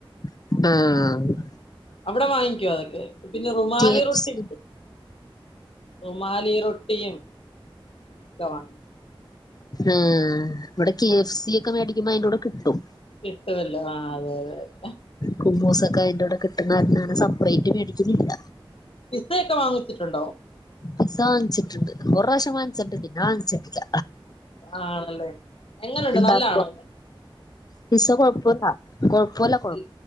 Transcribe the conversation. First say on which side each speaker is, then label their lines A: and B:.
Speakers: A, on the left (about 45°); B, on the left (about 80°).
A: ആഹ്
B: അവിടെ വാങ്ങിക്കോ അതൊക്കെ പിന്നെ rumali
A: K F
B: roti
A: C
B: rumali റൊട്ടിയും ഒക്കെ വാങ്ങിക്കും
A: ആഹ് ഇവിടെ കെ എഫ് സി ഒക്കെ മേടിക്കുമ്പോ അയിന്റൂടെ കിട്ടും
B: കിട്ടുവല്ലോ ആ അതെ അതെ അതെ
A: കുബ്ബൂസൊക്കെ അയിന്റൂടെ കിട്ടുന്നെ കാരണം അങ്ങനെ സപ്പറേറ്റ് മേടിക്കുന്നില്ല
B: പിസ്സയക്കെ വാങ്ങിച്ചിട്ടുണ്ടോ
A: പിസ്സാ വാങ്ങിച്ചിട്ടുണ്ട് ഒറാവശ്യം വാങ്ങി ച്ചിട്ട്ണ്ട് പിന്നെ വാങ്ങിച്ചില്ല
B: ആണല്ലേ എങ്ങനുണ്ട്
A: ഇണ്ടാക്ക്വൊ
B: നല്ലാണോ
A: പിസ്സ കുഴപ്പ്ല്ല കൊഴപ്പ്ല്ല
B: ഉം